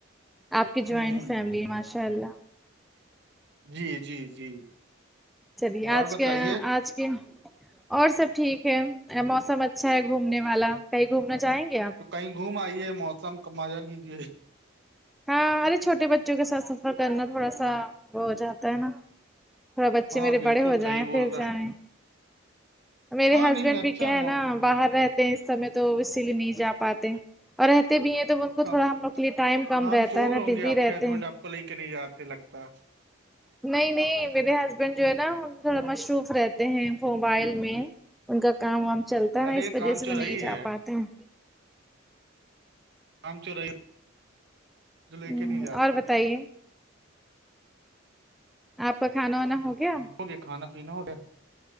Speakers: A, in the centre; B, on the right.
A: آپ کی جوائنٹ
B: ہ
A: فیملی ماشاء اللہ
B: جی جی جی
A: چلیے
B: اور
A: آج
B: بتائیے
A: کیا آج کے اور سب ٹھیک ہے موسم اچھا ہے گھومنے والا کہیں گھومنا چاہیں گے آپ
B: تو کہیں گھوم آئیے موسم کا مزہ لیجیے
A: ہاں ارے چھوٹے بچوں کے ساتھ سفر کرنا تھوڑا سا وہ ہو جاتا ہے نا تھوڑا بچے
B: ہاں
A: میرے
B: بالکل
A: بڑے ہو
B: صحیح
A: جائیں
B: بول
A: پھر
B: رہا
A: جائیں میرے
B: ہاں
A: ہسبینڈ
B: نہیں اچھا
A: بھی کیا ہے نا باہر رہتے ہیں اس سمے تو اسی لیے نہیں جا پاتے اور رہتے رہتے بھی ہیں تو ان کو
B: کا
A: تھوڑا ہم لوگ کے لیے ٹائم کم
B: کام
A: رہتا
B: چور
A: ہے نا
B: ہوں
A: بزی
B: گے اپ
A: رہتے
B: کے ایجنڈ
A: ہیں
B: اپ کو لے کے نہیں جاتے لگتا ہے
A: نہیں نہیں میرے ہسبینڈ جو ہے نا تھوڑا مصروف رہتے ہیں موبائل میں ان کا کام وام چلتا ہے
B: ارے
A: نا اس
B: یہ
A: وجہ
B: کام
A: سے
B: چورائی
A: وہ نہیں جا
B: ہے
A: پاتے ہیں
B: کام چور ہے جو لے
A: ہ
B: کے نہیں جاتے
A: اور بتائیے آپ کا کھانا وانا ہو گیا
B: ہو گیا کھانا پینا ہو گیا